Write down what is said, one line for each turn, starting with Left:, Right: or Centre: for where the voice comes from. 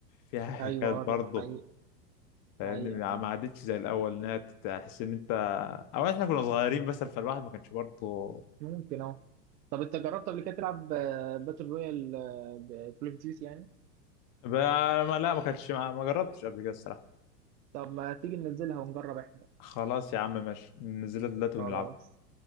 Left: فيها حكايات
Right: أيوه
Left: برضه
Right: آه، دي حقيقة
Left: فاهمني
Right: حقيقة
Left: ما
Right: فعلا
Left: ما عادتش زي الأول إنها تحس إن أنت أو إحنا كنا صغيرين بس فالواحد ما كانش برضه
Right: ممكن أه طب أنت جربت قبل كده تلعب باتل رويال بكول أوف ديوتي يعني؟
Left: بقى- ما- لا ما كانش ما ما جربتش قبل كده الصراحة
Right: طب ما تيجي ننزلها ونجرب إحنا
Left: خلاص يا عم ماشي ننزلها دلوقتي
Right: خلاص
Left: ونلعب